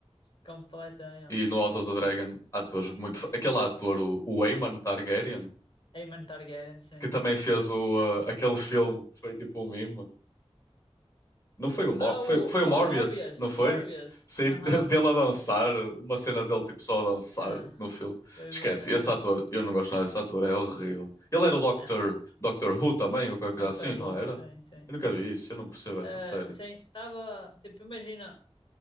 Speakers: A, on the left; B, on the left.
A: completamente.
B: E no House of the
A: Só-
B: Dragon, atores muito. fa- Aquele ator, o, o Aemon Targaryen,
A: Aemon Targaryen, sim.
B: que também fez o, uh, aquele filme que foi tipo um meme. Não foi o, Mor
A: Ah,
B: foi,
A: o
B: foi
A: Mo-
B: o Morbius,
A: Morbius,
B: não foi?
A: Morbius.
B: Sei
A: Aham,
B: <laughs> de- dele a dançar, uma cena dele tipo só a dançar
A: é.
B: no filme.
A: Foi
B: Esquece,
A: bué.
B: esse ator, eu não gosto nada desse ator, é horrível. Ele era o Doctor,
A: é.
B: Doctor Who também, ou qualquer coisa
A: Doctor
B: assim,
A: Who,
B: não era?
A: sim, sim.
B: Eu nunca vi isso, eu não percebo essa
A: Ah,
B: série.
A: sim, estava. Tipo, imagina.